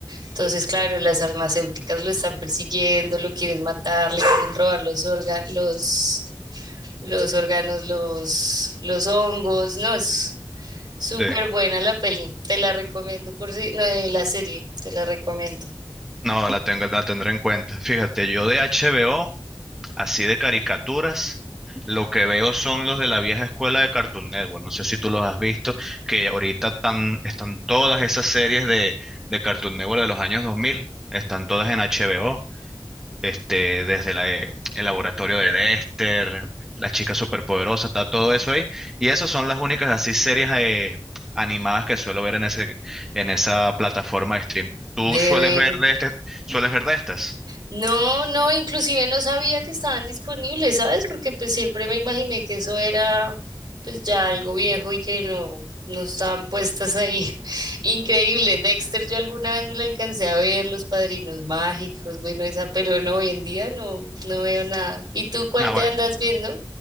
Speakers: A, on the right (about 65°); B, in the centre.
A: Entonces, claro, las farmacéuticas lo están persiguiendo, lo quieren matar, le quieren robar los órganos, los, los órganos, los, los hongos, no, es súper
B: Sí,
A: buena la peli, te la recomiendo por si, no, eh, la serie, te la recomiendo.
B: no, la tengo, la tendré en cuenta. Fíjate, yo de HBO, así de caricaturas, lo que veo son los de la vieja escuela de Cartoon Network. No sé si tú los has visto, que ahorita están, están todas esas series de, de Cartoon Network de los años 2000, están todas en HBO. este, desde la, eh, el laboratorio de Dexter, la chica superpoderosa, está todo eso ahí. Y esas son las únicas así series eh, animadas que suelo ver en ese, en esa plataforma de stream. ¿Tú
A: De
B: sueles
A: ver,
B: ver de este, sueles ver de estas?
A: No, no, inclusive no sabía que estaban disponibles, ¿sabes? Porque pues siempre me imaginé que eso era pues ya algo viejo y que no, no estaban puestas ahí. <laughs> Increíble, Dexter, yo alguna vez me lo alcancé a ver, Los Padrinos Mágicos, bueno, esa, pero no, hoy en día no, no veo nada. ¿Y tú cuál
B: Ah,
A: te
B: bueno.
A: andas viendo?